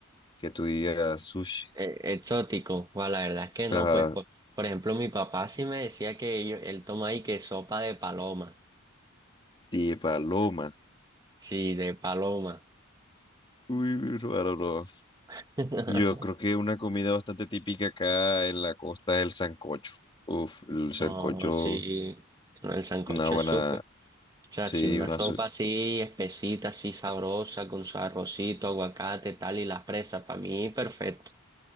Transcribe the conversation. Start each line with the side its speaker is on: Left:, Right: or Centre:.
Left: que tú digas sushi?
Right: eh, exótico, guau, la verdad es que no,
Left: Ajá,
Right: pues por, por ejemplo mi papá sí me decía que ellos, él toma ahí que sopa de paloma,
Left: de paloma.
Right: sí, de paloma.
Left: Uy, mi hermano, no.
Right: <laughs>
Left: Yo creo que una comida bastante típica acá en la costa es el sancocho. Uf, el sancocho,
Right: No, sí, no, el sancocho
Left: una buena,
Right: es súper, o sea,
Left: sí,
Right: sí, una
Left: una,
Right: Sí. sopa así espesita, así sabrosa, con su arrocito, aguacate, tal, y las presas, para mí perfecto,